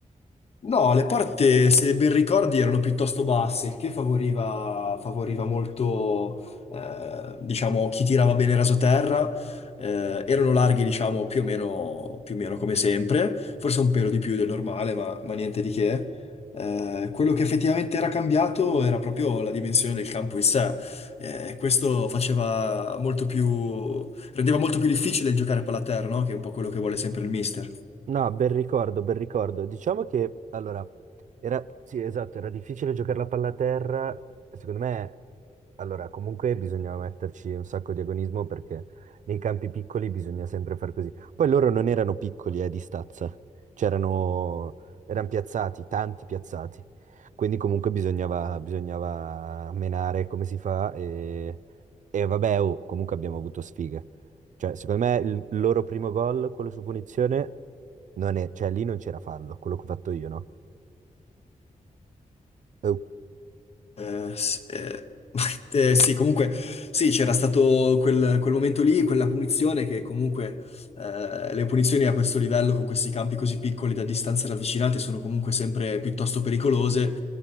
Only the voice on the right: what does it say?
No, bel ricordo, bel ricordo. Diciamo che, allora, era, sì, esatto, era difficile giocare la palla a terra. Secondo me, allora, comunque bisognava metterci un sacco di agonismo perché nei campi piccoli bisogna sempre far così. Poi loro non erano piccoli, eh, di stazza. C'erano, erano piazzati, tanti piazzati. Quindi comunque bisognava, bisognava menare come si fa e, e vabbè, oh, comunque abbiamo avuto sfiga. Cioè, secondo me il loro primo gol, quello su punizione, non è, cioè lì non c'era fallo, quello che ho fatto io, no? Eh,